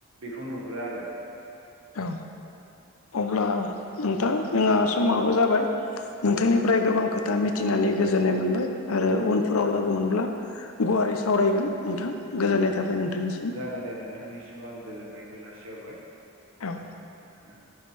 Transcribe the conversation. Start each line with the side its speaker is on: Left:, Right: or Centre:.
Right: बेखौ नुहुरो आरो।
Left: औ अब्ला नोंथां जोंहा समाबो
Right: औ
Left: जाबाय नोंथांनि
Right: औ
Left: फ्राय गोबां खोथा मिथिनानै गोजोननाय मोनबाय आरो उनफोराव लोगो मोनब्ला गुवारै सावरायगोन नोंथां
Right: औ
Left: गोजोननाय थाबाय नोंथांनिसिम।
Right: जागोन दे नों थांनिसिमबो आं गोजोननायखौ जासिहरबाय।
Left: औ
Right: औ